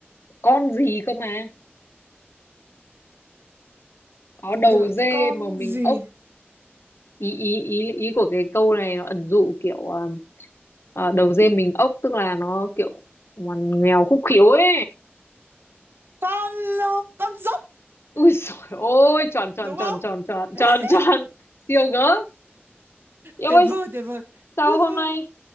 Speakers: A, on the left; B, on the right.
A: con gì cơ mà có đầu
B: đợi
A: dê
B: con
A: mà mình
B: gì
A: ốc ý ý ý ý của cái câu này nó ẩn dụ kiểu ờ, ờ, đầu dê mình ốc tức là nó kiểu ngoằn nghèo khúc khiếu ấy
B: con ờ, con dốc
A: ui dồi ôi tròn tròn
B: đúng
A: tròn
B: không
A: tròn tròn
B: <laughs>
A: tròn tròn siêu gớm yêu
B: tuyệt
A: ơi
B: vời tuyệt vời
A: Sao
B: tuyệt
A: hôm
B: vời
A: nay